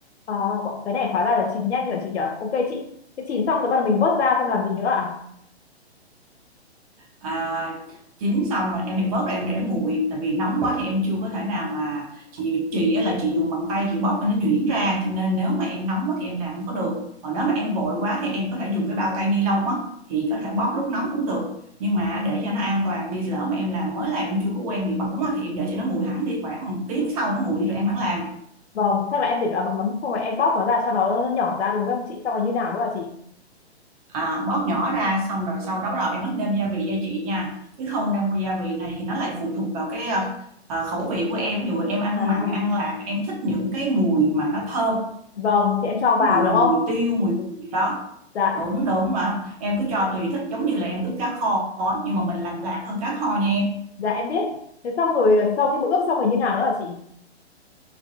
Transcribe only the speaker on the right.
à, chín xong rồi em phải vớt ra em để nguội tại vì nóng quá thì em chưa có thể nào mà chị chị là chị dùng bàn tay chị bóp cho nó nhuyễn ra cho nên nếu mà em nóng quá thì em làm không có được còn nếu mà em vội quá thì em có thể dùng cái bao tay ni lông á thì có thể bóp lúc nóng cũng được nhưng mà để cho nó an toàn đi lỡ mà em làm mới làm em chưa có quen bị bỏng á, thì em để cho nó nguội hẳn đi khoảng một tiếng sau nó nguội đi rồi em hẳn làm
à, bóp nhỏ ra xong rồi sau đó bắt đầu em bắt nêm gia vị cho chị nha cái khâu nêm gia vị này thì nó lại phụ thuộc vào cái ờ, ờ, khẩu vị của em ví dụ em ăn
mặn ăn lạc em thích những cái mùi mà nó thơm
ví
dụ là
mùi tiêu mùi gừng gì đó
Ừ. đúng đúng mà em cứ cho tùy thích giống như là em ướp cá kho á, nhưng mà mình làm lạc hơn cá kho nha em